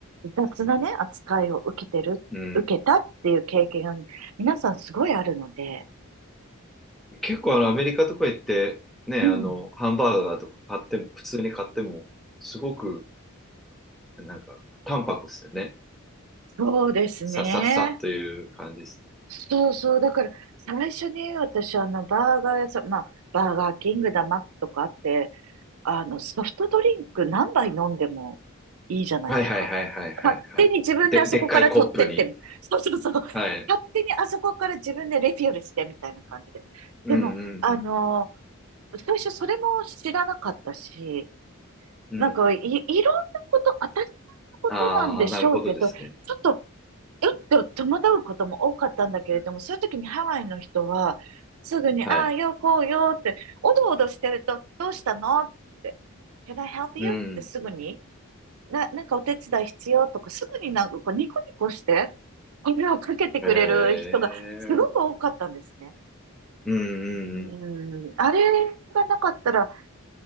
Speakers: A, on the right; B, in the centre.
A: 雑なね、扱いを受けてる、
B: うん。
A: 受けたっていう経験が皆さんすごいあるので、
B: 結構あのアメリカとか行ってね、
A: うんうん。
B: あの、ハンバーガーとか買っても、普通に買っても、すごくなんか淡白っすよね。
A: そうですね。
B: さささという感じです。
A: そうそう。だから、最初に私、あの、バーガー屋さん、まあ、バーガーキングだ、マックとかあって、あの、ソフトドリンク何杯飲んでもいいじゃないですか。
B: はいはいはいはいはいはい。
A: 勝手に自分であそこから取ってって、
B: で、でっかいコップに。
A: そうそうそう。
B: はい。
A: 勝手にあそこから自分でレフィールしてみたいな感じで。
B: うんう
A: でも、あの、
B: ん
A: 最初それも知らなかったし、
B: うん。
A: なんかい、
B: うん。
A: いろんなこと、当たり前のことなんでしょうけど、
B: ああ、なるほどですね。
A: ちょっとうっと戸惑うことも多かったんだけれども、
B: うん
A: そういう時にハワイの人は、すぐに、
B: はい。
A: ああ、よ、こうよって、おどおどしてると、どうしたのって、Can I help
B: うん。
A: you? ってすぐに、な、なんかお手伝い必要とか、すぐになんかこうニコニコして、声をかけてくれる人がすごく多かったんですね。
B: へえ。うんうんうん。
A: うん、あれがなかったら、